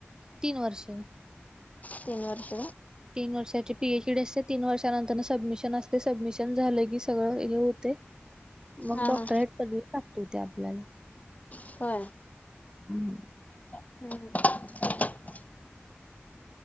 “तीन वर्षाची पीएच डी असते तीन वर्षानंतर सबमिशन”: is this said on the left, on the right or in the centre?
Right